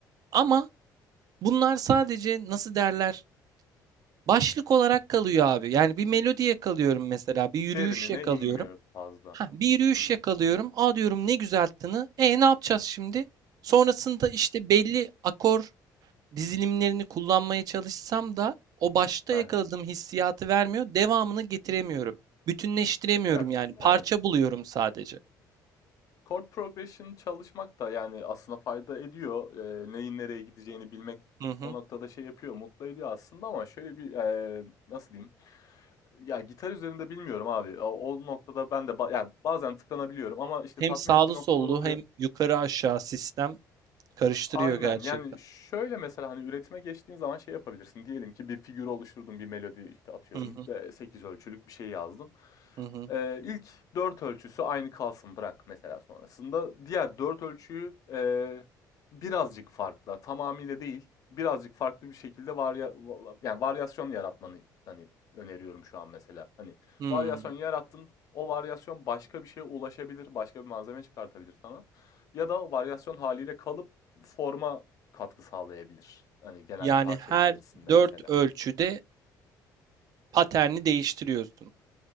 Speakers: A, on the right (about 55°); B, on the left (about 50°).
A: Ama bunlar sadece nasıl derler? Başlık olarak kalıyor abi. Yani bir melodi yakalıyorum mesela. Bir yürüyüş
B: Derinine
A: yakalıyorum.
B: inmiyor fazla.
A: Ha, bir yürüyüş
B: Hımm.
A: yakalıyorum. Aa diyorum ne güzel tını. E ne yapacağız şimdi? Sonrasında işte belli akor dizilimlerini kullanmaya çalışsam da o başta
B: He
A: yakaladığım
B: he.
A: hissiyatı vermiyor. Devamını getiremiyorum. Bütünleştiremiyorum
B: <laughs> Ya,
A: yani. Parça
B: evet.
A: buluyorum sadece.
B: Chord progression çalışmak da, yani, aslında fayda ediyor. Eee, neyin nereye gideceğini bilmek
A: Hı hı.
B: o noktada şey yapıyor, mutlu ediyor aslında ama şöyle bir, eee, nasıl diyeyim? Ya, gitar üzerinde bilmiyorum abi. O o noktada ben de ba yani, bazen tıkanabiliyorum ama, işte,
A: Hem
B: tatmin
A: sağlı
B: ettiği noktalar
A: sollu
B: oluyor.
A: hem yukarı aşağı sistem karıştırıyor
B: Aynen.
A: gerçekten.
B: Yani, şöyle mesela, hani, üretime geçtiğin zaman şey yapabilirsin. Diyelim ki bir figür oluşturdun, bir melodi, işte, atıyorum,
A: Hı hı
B: 8 ölçülük bir şey yazdın.
A: hı hı.
B: Eee, ilk 4 ölçüsü aynı kalsın, bırak mesela sonrasında. Diğer 4 ölçüyü, eee, birazcık farklı, tamamıyla değil, birazcık farklı bir şekilde varya va va yani, varyasyon yaratmanı, hani, öneriyorum şu an mesela. Hani,
A: Hmm.
B: varyasyon yarattın, o varyasyon başka bir şeye ulaşabilir, başka bir malzeme çıkartabilir sana ya da o varyasyon haliyle kalıp forma katkı sağlayabilir. Hani genel
A: Yani
B: parça
A: her
B: içerisinde
A: dört
B: mesela.
A: ölçüde Paterni değiştiriyorsun.